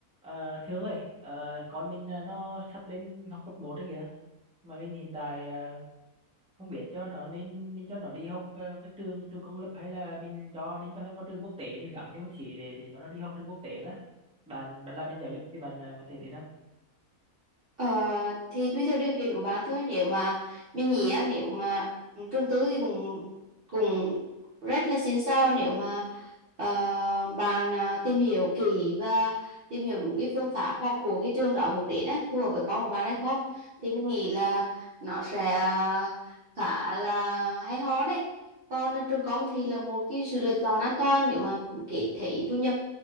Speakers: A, in the centre; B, on the right (about 45°).
A: À, Thương ơi, ờ, con mình à, nó sắp lên học cấp một đấy kìa. Mà mình hiện tại à, không biết cho nó nên nên cho nó đi học à, cái trường trường công lập hay là mình cho nên cho nó vào trường quốc tế mình gắng thêm một xí để để cho nó đi học trường quốc tế đó. Bạn bạn làm bên giáo dục thì bạn à, bạn thấy thế nào?
B: Ờ, thì tùy theo điều kiện của bạn thôi nếu mà mình nghĩ á, nếu mà trường tư thì cũng cũng rất là xịn sò nếu mà ờ, bạn à, tìm hiểu kỹ và tìm hiểu đúng cái phương pháp học của cái trường đó hướng đến á phù hợp với con của bạn hay không thì mình nghĩ là nó sẽ à, khá là hay ho đấy còn trường công thì là một cái sự lựa chọn an toàn nếu mà kể thấy thu nhập